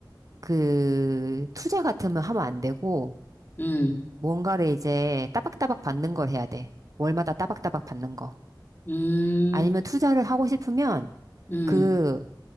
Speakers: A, on the right (about 45°); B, on the left (about 25°).
A: 그, 투자 같으면 하면 안 되고,
B: 음,
A: 뭔가를 이제 따박따박 받는 걸 해야 돼. 월마다 따박따박 받는 거.
B: 음,
A: 아니면 투자를 하고 싶으면,
B: 음.
A: 그,